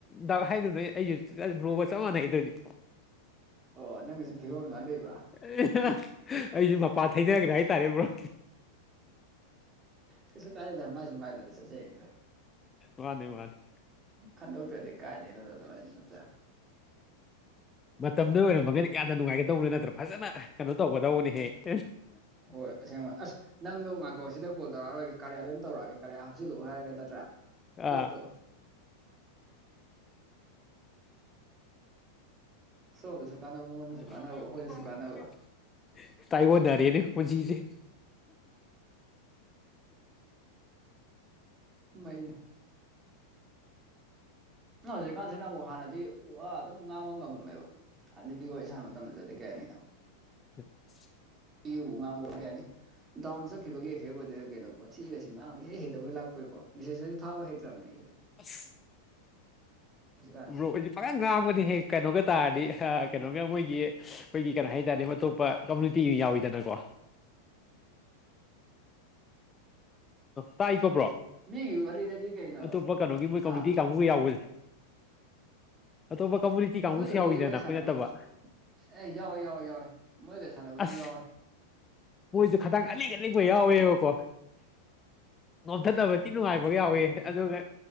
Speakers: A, on the left; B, on the right.
A: ꯗ ꯍꯥꯏꯗꯨꯅ ꯑꯩꯁꯨ ꯕ꯭ꯔꯣꯒ ꯆꯞ ꯃꯥꯟꯅꯩ ꯑꯗꯨꯗꯤ
B: <unintelligible> <inaudible> ꯐꯤꯕꯝ ꯑꯗꯨꯃꯥꯏꯅ ꯂꯩꯕ꯭ꯔꯥ
A: ꯑꯩꯁꯨ ꯃꯄꯥ ꯊꯩꯅꯈ꯭ꯔꯦ ꯍꯥꯏꯇꯥꯔꯦꯕ꯭ꯔꯣ
B: ꯀꯦꯏꯁꯨ ꯀꯥꯏꯗꯦ ꯃꯁꯨ ꯃꯒꯤ ꯂꯝꯕꯤ ꯆꯇꯆꯔꯤꯅꯦꯗ
A: ꯋꯥꯗ ꯋꯥꯗ
B: ꯈꯟꯗꯧꯗ꯭ꯔꯗꯤ ꯀꯥꯏꯗꯩꯅꯣꯗꯅ ꯍꯥꯏ ꯅꯠꯇ꯭ꯔ
A: ꯃꯇꯝꯗꯨ ꯑꯣꯏꯔꯝꯃꯒꯩꯗꯤ ꯌꯥꯝꯅ ꯅꯨꯡꯉꯥꯏꯒꯗꯧꯕꯅꯤ ꯅꯠꯇ꯭ꯔ ꯐꯖꯅ ꯀꯩꯅꯣ ꯇꯧꯒꯗꯧꯕꯅꯤꯍꯦꯛ
B: ꯍꯣꯏ ꯑꯁꯦꯡꯕ ꯑꯁ ꯅꯪꯗꯣ ꯉꯥꯏꯐꯣꯛ ꯁꯤꯗ ꯀꯣꯜ ꯇꯧꯔꯛꯑꯔꯣꯏꯒꯦ ꯀꯌꯥꯗꯅ ꯇꯧꯔꯛꯑꯒꯦ ꯀꯌꯥ ꯍꯥꯞꯆꯜꯂꯎ ꯍꯥꯏꯔꯒ ꯅꯠꯇ꯭ꯔꯥ
A: ꯑꯥ
B: ꯄꯣꯠꯇꯣ ꯁꯣꯝꯗꯁꯨ ꯀꯥꯟꯅꯕ ꯃꯉꯣꯟꯗꯁꯨ ꯀꯥꯟꯅꯕ
A: <inaudible>
B: ꯑꯩꯈꯣꯏꯗꯁꯨ ꯀꯥꯟꯅꯕ
A: ꯇꯥꯏ ꯋꯥ ꯗꯔꯤꯅꯤ ꯍꯧꯖꯤꯁꯦ
B: ꯃꯩ ꯍꯧꯖꯤꯛꯀꯥꯟꯁꯤꯅ ꯑꯃꯨꯛ ꯍꯥꯟꯅꯗꯤ ꯎ ꯋꯥ ꯑꯗꯨꯝ ꯉꯥꯡꯕ ꯉꯝꯃꯝꯃꯦꯕ ꯅꯨꯄꯤ ꯑꯣꯏ ꯁꯥꯅ ꯃꯇꯝꯗꯨꯗꯗꯤ ꯀꯩꯅꯤ
A: ꯎ <inaudible>
B: ꯄꯤꯕꯨ ꯉꯥꯡꯕ ꯑꯣꯏ ꯀꯌꯥꯅꯤ ꯗꯥꯎꯟ ꯆꯠꯈꯤꯕꯒꯤ ꯑꯦꯐꯦꯛ ꯑꯣꯏꯗꯣꯏꯔ ꯀꯩꯅꯣꯊꯤꯔꯁꯤ ꯉꯥꯡꯕ ꯍꯩꯇꯕꯩ ꯂꯥꯛꯄ ꯎꯣꯏꯀꯣ ꯕꯤꯁꯦꯁꯁꯨ ꯊꯥꯕ ꯍꯩ꯭ꯔꯕꯅꯦ ꯑꯩ
A: ꯑꯁ
B: ꯍꯧꯖꯤꯛꯀꯥꯟꯁꯦ
A: ꯕ꯭ꯔꯣ ꯑꯩꯗꯤ ꯐꯒꯪ ꯉꯥꯡꯕꯗꯤ ꯍꯦꯛ ꯀꯩꯅꯣꯒ ꯇꯥꯔꯗꯤ ꯀꯩꯅꯣꯒ ꯃꯣꯏꯒꯤ ꯑꯩꯈꯣꯏꯒꯤ ꯀꯩꯅꯣ ꯍꯥꯏꯇꯥꯔꯦ ꯑꯇꯣꯞꯄ ꯀꯝꯃꯨꯅꯤꯇꯤ ꯌꯥꯎꯋꯤꯗꯅꯀꯣ
B: ꯑ <inaudible>
A: ꯇꯥꯏꯀꯣ ꯕ꯭ꯔꯣ
B: ꯃꯤꯒꯤ ꯋꯥꯔꯤꯗꯗꯤ ꯀꯩꯅꯣ
A: ꯑꯇꯣꯞꯄ ꯀꯩꯅꯣꯒꯤ ꯃꯣꯏ
B: ꯍꯥ
A: ꯀꯃꯨꯅꯤꯇꯤ ꯀꯥꯡꯕꯨ ꯌꯥꯎꯕꯁꯦ ꯑꯇꯣꯞꯄ ꯀꯝꯃꯨꯅꯤꯇꯤ ꯀꯥꯡꯕꯨꯁꯨ
B: ꯃꯣꯏꯒꯗꯤ
A: ꯌꯥꯎꯋꯤꯗꯅ
B: ꯋꯥꯔꯤ ꯁꯥꯟꯅꯕ
A: ꯑꯩꯈꯣꯏ ꯅꯠꯇꯕ
B: ꯑꯦ ꯌꯥꯎ ꯌꯥꯎꯋ ꯌꯥꯎꯋꯦ ꯃꯣꯏ ꯀꯩꯁꯥꯟꯅꯅꯕꯁꯨ
A: ꯑꯁ
B: ꯌꯥꯎꯋꯦ
A: ꯃꯣꯏꯁꯨ ꯈꯈꯤꯇꯥꯡ ꯑꯅꯤꯡ ꯑꯅꯤꯡꯕ ꯌꯥꯎꯋꯦꯕꯀꯣ
B: <inaudible>
A: ꯅꯣꯝꯊꯕꯗꯤ ꯅꯨꯡꯉꯥꯏꯕꯒ ꯌꯥꯎꯋꯦ ꯑꯗꯨꯒ